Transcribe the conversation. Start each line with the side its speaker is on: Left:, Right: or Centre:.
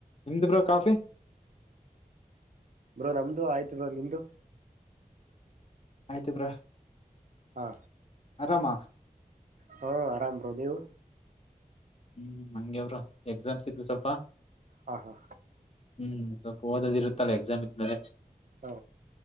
Left: ನಿಮ್ದು ಬ್ರೋ ಕಾಫಿ.
Right: ಬ್ರೋ ನಮ್ದು ಆಯ್ತು ಬ್ರೋ ನಿಮ್ದು.
Left: ಆಯ್ತ ಬ್ರೋ
Right: ಹಾ.
Left: ಆರಾಮ.
Right: ಹಾ ಆರಾಮ್ ಬ್ರೋ ನೀವು.
Left: ಹ್ಮ್ ಅಂಗೆ ಬ್ರೋ ಎಕ್ಸಾಮ್ಸ್ ಇದ್ವಿ ಸ್ವಲ್ಪ.
Right: ಹಾ ಹಾ
Left: ಹ್ಮ್ ಸ್ವಲ್ಪ ಓದೋದು ಇರುತ್ತಲ್ಲ ಎಕ್ಸಾಮ್ ಇದ್ಮೇಲೆ.
Right: ಹಾ